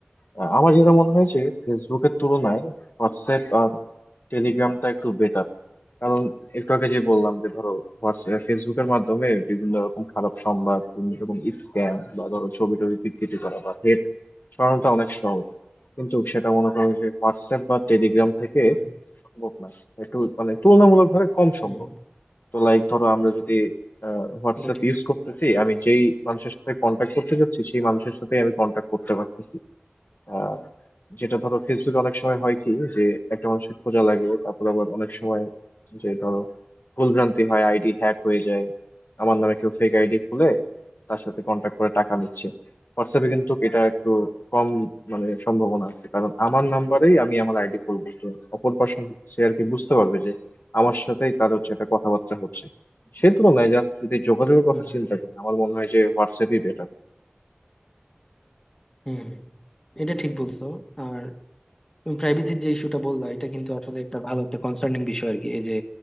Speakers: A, on the left; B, on the left.
A: আহ, আমার যেটা মনে হয় যে ফেসবুকের তুলনায় হোয়াটসঅ্যাপ আর টেলিগ্রামটা একটু বেটার কারণ একটু আগে যে বললাম যে ধরো হোয়াটস- ফেসবুকের মাধ্যমে বিভিন্ন রকম খারাপ সংবাদ বিভিন্ন রকম স্ক্যাম বা ধরো ছবি টবি বিকৃতি করা বা হেট ছড়ানোটা অনেক সহজ কিন্তু সেটা মনে করো যে হোয়াটসঅ্যাপ বা টেলিগ্রাম থেকে
B: হুম
A: সম্ভব না একটু মানে তুলনামূলকভাবে কম সম্ভব
B: হুম হুম হুম
A: তো লাইক ধরো আমরা যদি হোয়াটসঅ্যাপ
B: এটা ঠিক
A: ইউজ করতেছি আমি যেই মানুষের সাথে কন্ট্যাক্ট করতে যাচ্ছি সেই মানুষের সাথে আমি কন্ট্যাক্ট করতে পারতেছি আহ, যেটা ধরো ফেসবুকে অনেক সময় হয় কি যে একটা মানুষের খোঁজা লাগে তারপর আবার অনেক সময় যে ধরো ভুলভ্রান্তি হয় আইডি হ্যাক হয়ে যায় আমার নামে কেউ ফেক আইডি খুলে তার সাথে কন্ট্যাক্ট করে টাকা নিচ্ছে হোয়াটসঅ্যাপে কিন্তু এটা একটু কম মানে সম্ভাবনা আছে কারণ আমার নাম্বারেই আমি আমার আইডি খুলবো তো অপর পার্সন সে আর কি বুঝতে পারবে যে আমার সাথেই তার হচ্ছে একটা কথাবার্তা হচ্ছে সে তুলনায় জাস্ট যদি যোগাযোগের কথা
B: হুম
A: চিন্তা
B: হুম
A: করি আমার মনে হয় যে হোয়াটসঅ্যাপই বেটার
B: হুম হুম এটা ঠিক বলছো আর তুমি প্রাইভেসির যে ইস্যুটা বললা এটা কিন্তু আসলে একটা ভালো একটা কনসার্নিং বিষয় আর কি এই যে